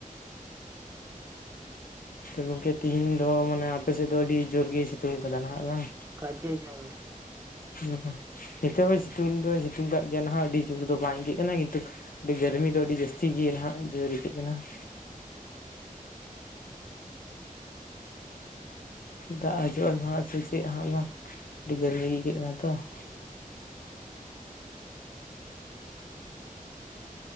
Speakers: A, on the left; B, on the right.
A: ᱛᱚ ᱜᱚᱝᱠᱮ ᱛᱤᱦᱤᱧ ᱫᱚ ᱢᱟᱱᱮ ᱟᱯᱮ ᱥᱮᱫ ᱫᱚ ᱟᱹᱰᱤ ᱡᱳᱨ ᱜᱮᱭ ᱥᱤᱛᱩᱝ ᱠᱟᱫᱟ ᱱᱟᱦᱟᱜ ᱵᱟᱝ?
B: ᱜᱟᱡᱮ ᱡᱳᱨ ᱾
A: ᱦᱩ ᱱᱤᱛᱳᱜ ᱦᱚᱸ ᱥᱤᱛᱩᱝ ᱫᱚ ᱥᱤᱛᱩᱝ ᱠᱟᱜ ᱜᱮᱭᱟ ᱱᱟᱦᱟᱜ ᱟᱹᱰᱤ ᱡᱳᱨ ᱫᱚ ᱵᱟᱝᱜᱮ <unintelligible> ᱟᱹᱰᱤ ᱜᱟᱨᱢᱤ ᱫᱚ ᱟᱹᱰᱤ ᱡᱟᱹᱥᱛᱤ ᱜᱮ ᱱᱟᱦᱟᱜ ᱡᱳᱨ ᱟᱹᱭᱠᱟᱹᱜ ᱠᱟᱱᱟ ᱾ ᱫᱟᱜ ᱦᱤᱡᱩᱜᱼᱟ ᱱᱟᱦᱟᱜ ᱥᱮ ᱪᱮᱫ ᱦᱟᱜ ᱵᱟᱝ ᱟᱹᱰᱤ ᱜᱟᱨᱢᱤ ᱜᱮ ᱟᱹᱭᱠᱟᱹᱜ ᱠᱟᱱᱟ ᱛᱚ ᱾